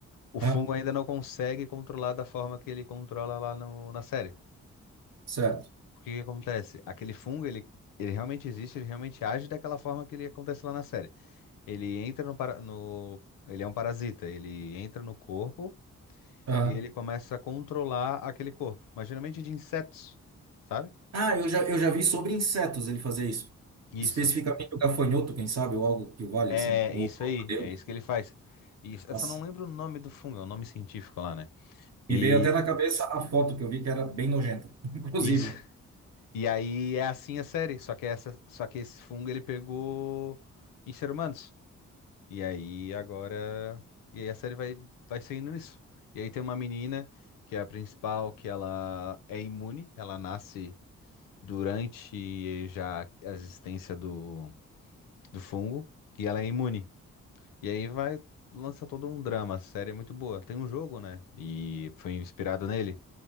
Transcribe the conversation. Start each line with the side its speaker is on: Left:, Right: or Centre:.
Left: O
Right: aham,
Left: fungo ainda não consegue controlar da forma que ele controla lá no- na série.
Right: Certo.
Left: Porque o que que acontece? Aquele fungo, ele, ele realmente existe, ele realmente age daquela forma que ele acontece lá na série. Ele entra no, para- no- Ele é um parasita, ele entra no corpo
Right: aham.
Left: e ele começa a controlar aquele corpo. Mas geralmente de insetos, sabe?
Right: Ah, eu já, eu já vi sobre insetos ele fazer isso.
Left: Isso.
Right: Especificamente o gafanhoto, quem sabe, ou algo que valha
Left: É
Right: assim. Ou,
Left: isso
Right: oh,
Left: aí,
Right: meu Deus,
Left: é isso que ele faz. Isso, eu
Right: nossa.
Left: só não lembro o nome do fungo, é o nome científico lá, né?
Right: Me
Left: E
Right: veio até na cabeça a foto que eu vi que era bem nojenta, <laughs> inclusive.
Left: isso, E aí é assim a série, só que essa, só que esse fungo ele pegou em ser humanos. E aí agora, e aí a série vai vai seguindo nisso. E aí tem uma menina que é a principal, que ela é imune, ela nasce durante já a existência do, do fungo e ela é imune. E aí vai lança todo um drama, a série é muito boa. Tem um jogo, né? E foi inspirado nele.